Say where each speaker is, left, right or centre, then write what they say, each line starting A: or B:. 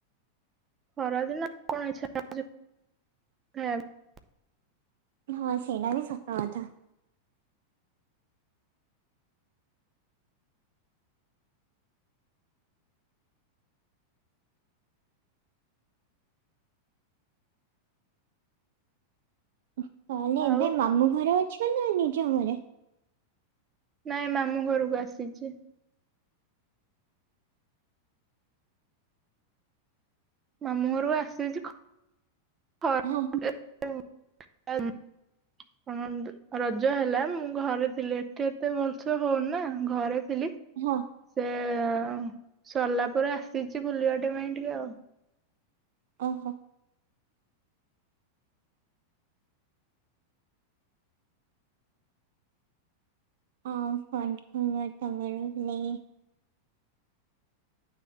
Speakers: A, on the right (about 25°); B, on the right (about 55°).
A: ଖରା ଦିନ ଆଉ କଣ ଇଚ୍ଛା ଖାଇବାକୁ।
B: ହଁ ସେଇଟା ବି ସତ କଥା। <unintelligible> ତମେ
A: ପାଇଁ?
B: ଏବେ
A: ଆଉ
B: ମାମୁଁ ଘରେ ଅଛ ନା ନିଜ ଘରେ?
A: ନାଇଁ ମାମୁ ଘରକୁ ଆସିଛି। ମାମୁଁ ଘରକୁ ଆସିଚି ହ <unintelligible>
B: ହଁ
A: <unintelligible> ରଜ ହେଲା ମୁଁ ଘରେ ଥିଲି ଏଠି ଏତେ ଭଲସେ ହଉନି ନା ଘରେ ଥିଲି
B: ହଁ
A: ସେ ହ ସଲାପରେ ଆସିଚି ବୁଲିବାଟିବା ପାଇଁ ଟିକେ ଆଉ।
B: ଓହୋ ଆଉ କଣ ଖବର ତମେ <unintelligible>